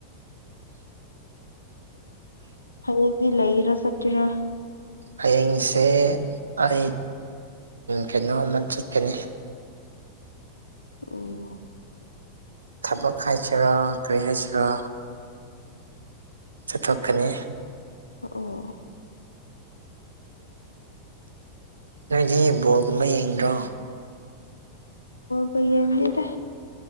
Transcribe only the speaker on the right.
ꯍꯌꯦꯡꯁꯦ ꯑꯩ ꯀꯩꯅꯣꯝꯃ ꯆꯠꯀꯅꯤ
ꯊꯕꯛ ꯍꯥꯏꯁꯤꯔꯣ ꯀꯔꯤ ꯍꯥꯏꯁꯤꯔꯣ ꯆꯠꯠꯇꯣꯛꯀꯅꯤ
ꯅꯗꯤꯕꯣ ꯀꯃ ꯌꯦꯡ꯭ꯔꯣ